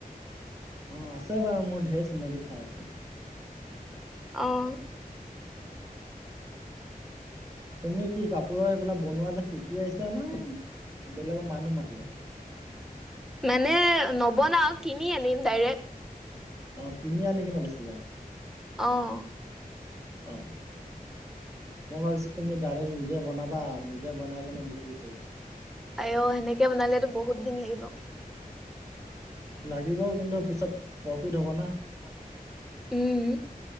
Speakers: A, on the right; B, in the centre.
A: অঁ' আছে বাৰু মোৰ ঢেৰ চিনাকি ঠাই আছে।
B: অঁ।
A: উমঁ' তুমি সেই কাপোৰৰ এইবিলাক বনোৱা যে শিকি আহিছো নে বেলেগৰ মানুহ মাতিবা?
B: মানে নবনাও কিনি আনিম ডাইৰেক্ট।
A: অঁ' কিনি আনি কিনে বেছিবা?
B: অঁহ'।
A: অঁ' মই ভাৱিছো তুমি ডাইৰেক্ট নিজে বনাবা নিজে বনাই কেনে বিক্ৰী কৰিবা।
B: আইও সেনেকে বনালেতো বহুত দিন লাগিব।
A: লাগিব কিন্তু পিছত প্ৰফিট হ'ব না।
B: হ'ব না। উমঁ'।